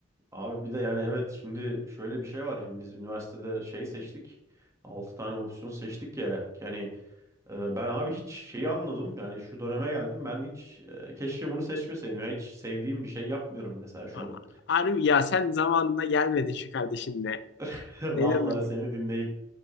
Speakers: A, on the right (about 15°); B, on the left (about 65°).
A: abi bir de yani evet şimdi şöyle bir şey var. Şimdi biz üniversitede şey seçtik. altı tane opsiyon seçtik ya. Yani Ee, Ben abi hiç şeyi anladım. Yani şu döneme geldim. Ben hiç e, keşke bunu seçmeseydim. Ya hiç sevdiğim bir şey yapmıyorum mesela şu
B: A-
A: an.
B: Harbi ya sen zamanında gelmedin şu kardeşinle.
A: <laughs> Vallahi
B: Benim
A: seni dinleyip